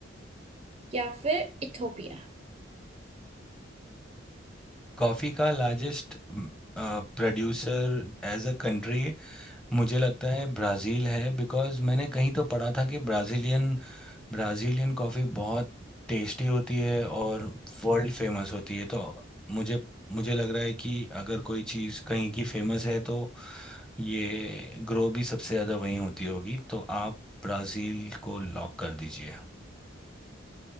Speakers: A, on the right (about 30°); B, in the centre.
A: या फिर इथोपिया
B: कॉफी का largest producer as a country मुझे लगता है ब्राज़ील है बिकॉज़ मैंने कहीं तो पढ़ा था कि ब्राज़ीलियन ब्राज़ीलियन कॉफ़ी बहुत टेस्टी होती है और वर्ल्ड फेमस होती है तो मुझे मुझे लग रहा है कि अगर कोई चीज़ कहीं की फेमस है तो ये ग्रो भी सबसे ज़्यादा वहीं होती होगी तो आप ब्राज़ील को लॉक कर दीजिए